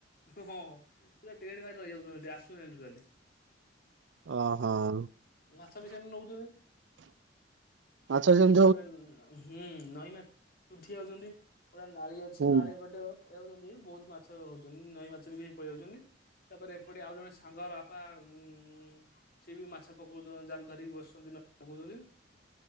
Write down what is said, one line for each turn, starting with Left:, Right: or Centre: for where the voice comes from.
Left: ହଁ ପୁରା ଟେଣ୍ଡେ ମାରି ରହିଯାଉଛନ୍ତି ଆସୁନାହାନ୍ତି ଟୋଟାଲି।
Right: ଓହୋ।
Left: ମାଛ ବି ସେମତି ନଉଚନ୍ତି।
Right: ମାଛ ବି ସେମ୍
Left: ତାପରେ ହୁଁ ନଈ ମାଛ ଉଠି ଯାଉଚନ୍ତି ପୁରା ନାଳି ଅଛି
Right: ହୁଁ
Left: ନାଳି ପଟେ ପଳେଇଆଉଚନ୍ତି ବହୁତ ମାଛ ହଉଛନ୍ତି ନଈ ମାଛ ବି କିଛି ପଳେଇଆଉଚନ୍ତି ତାପରେ ଏପଟେ ଆଉ ଜଣେ ସା ସାଙ୍କର ବାପା ଉଁ ସିଏ ବି ମାଛ ପକଉଛନ୍ତି ଜାଲ ଧରିକି ବସୁଛନ୍ତି ନଈ ରେ ପକଉଛନ୍ତି।